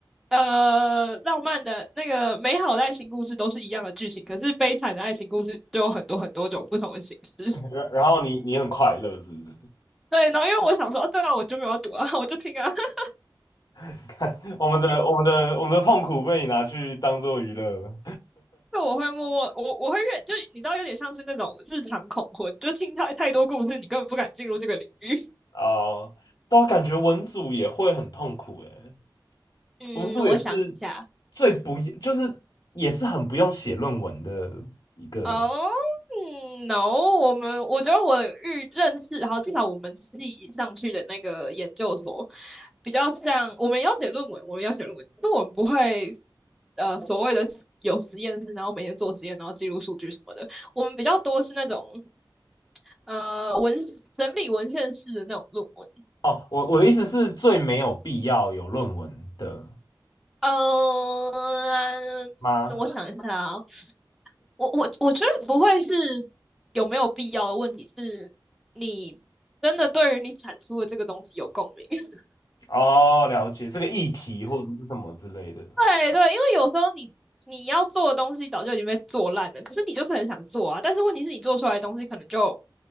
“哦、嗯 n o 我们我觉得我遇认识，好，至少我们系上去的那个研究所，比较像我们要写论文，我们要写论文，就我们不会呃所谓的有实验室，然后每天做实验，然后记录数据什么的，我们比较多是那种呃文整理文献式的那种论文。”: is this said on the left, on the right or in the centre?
Centre